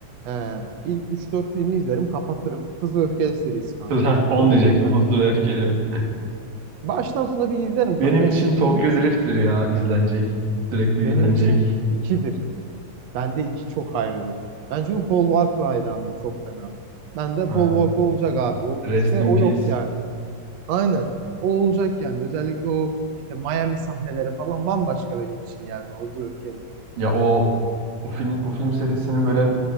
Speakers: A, on the right; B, on the right.
A: e, ilk üç dört filmi izlerim kapatırım. Hızlı ve Öfkeli serisi
B: <laughs>
A: kanka.
B: Heh, Onu
A: Onu
B: diyecektim
A: da geri ben
B: hızlı ve öfkeli. mi?
A: Baştan sona bir izlerim
B: Benim
A: kanka.
B: için
A: bir 2
B: Tokyo
A: üç
B: Drift'tir ya izlenecek. Sürekli
A: Benim
B: izlenecek.
A: için ikidir. Bende iki çok ayrıdır. Ben çünkü Paul Walker hayranıyım çok fena. Ben de
B: Ha.
A: Paul Walker olacak abi. O
B: Rest
A: üçte
B: in
A: o
B: Peace.
A: yok yani. Aynen. O olacak yani. Özellikle o işte Miami sahneleri falan bambaşka benim için yani. O Zırh
B: Ya o o film o film serisinin böyle